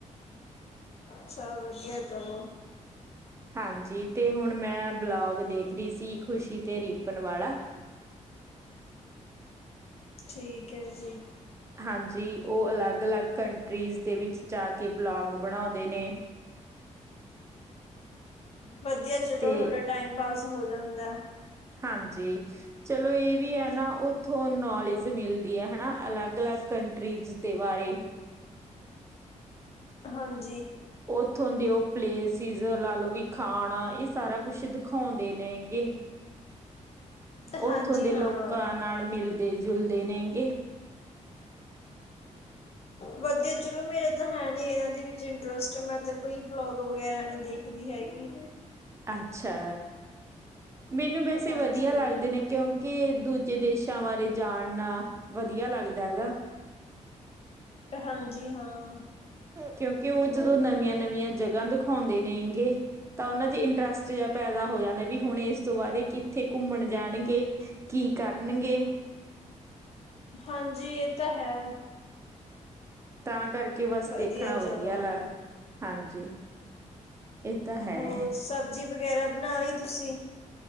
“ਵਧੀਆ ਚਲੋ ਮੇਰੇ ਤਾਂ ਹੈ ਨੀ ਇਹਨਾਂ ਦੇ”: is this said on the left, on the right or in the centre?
Left